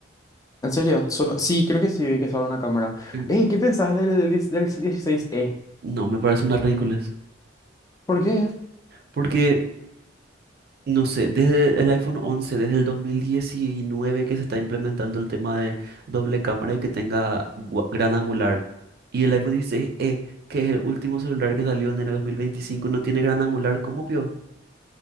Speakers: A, on the left; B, on the right.
A: ¿En serio? Solo, sí, creo que sí, vi que solo una cámara.
B: En-
A: Ey, ¿qué pensás del, 10 del dieciséis e
B: No, me parece una ridiculez.
A: ¿Por qué?
B: Porque No sé, desde el iPhone once desde el 2019 que se está implementando el tema de doble cámara y que tenga gua- gran angular. Y el iPhone 16e, que es el último celular que salió en el 2025, no tiene gran angular, ¿cómo pio?